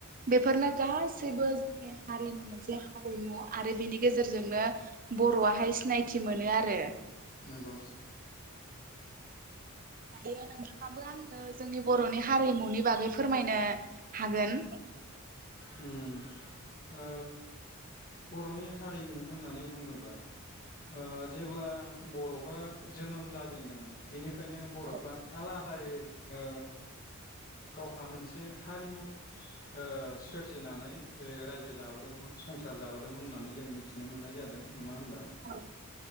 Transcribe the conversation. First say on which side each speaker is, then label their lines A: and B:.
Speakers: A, on the right; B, on the left.
A: बेफोरनो गासैबो जोंनि हारिनि मोनसे हारिमु आरो बेनि गेजेरजोंनो बर'आहाय सिनायथि मोनो आरो
B: नोंगौ
A: दायो नोंथाङाबो आंनो जोंनि बर'नि हारिमुनि बागै फोरमायनो हागोन
B: उम ओ बर'नि हारिमु होननानै बुङोबा ओ जेब्ला बर'फ्रा जोनोम जाजेनदोंमोन बेनि फ्रायनो बर'फ्रा
A: औ
B: आला दायै ओ गावहा मोनसे हारिमु ओ सोरजिनानै रायजो जाबोदोंमोन संसार जाबोदों दोंमोन होननानै जों मिथिनो मोननाय जादों। नङा होमबा?
A: औ